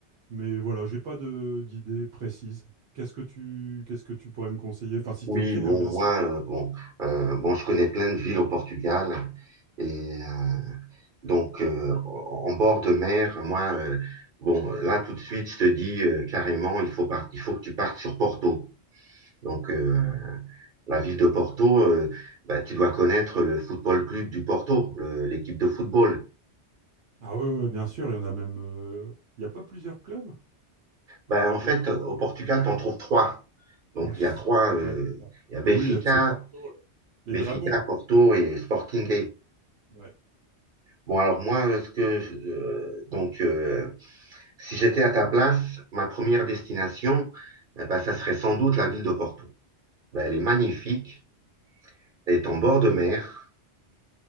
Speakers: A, on the right; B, on the right.
A: Mais voilà, j'ai pas de d'idée précise. Qu'est-ce que tu qu'est-ce que tu pourrais me conseiller? Enfin, si
B: Oui,
A: t'es OK,
B: bon,
A: hein, bien
B: moi,
A: sûr.
B: euh, bon, euh, bon, je connais plein de villes au Portugal. Et euh, donc, euh, en bord de mer, moi, euh, bon, là, tout de suite, je te dis euh, carrément, il faut, par- il faut que tu partes sur Porto. Donc, euh, la ville de Porto, euh, bah, tu dois connaître le football club du Porto, le- l'équipe de football.
A: Ah oui, ouais, ouais, bien sûr, il y en a même. euh, Il n'y a pas plusieurs clubs?
B: Bah, en fait,
A: Peut-
B: au Portugal, tu en trouves trois. Donc,
A: Ouais,
B: il
A: <laughs>
B: y a trois, euh,
A: ouais, c'est ça.
B: il y a Benfica,
A: Mais oui, FC Porto, les
B: Benfica,
A: Dragons.
B: Porto et Sporting
A: Ouais.
B: Bon, alors moi, euh, ce que je- euh, donc euh, si j'étais à ta place, ma première destination, eh ben, ça serait sans doute la ville de Porto. Ben, elle est magnifique, elle est en bord de mer,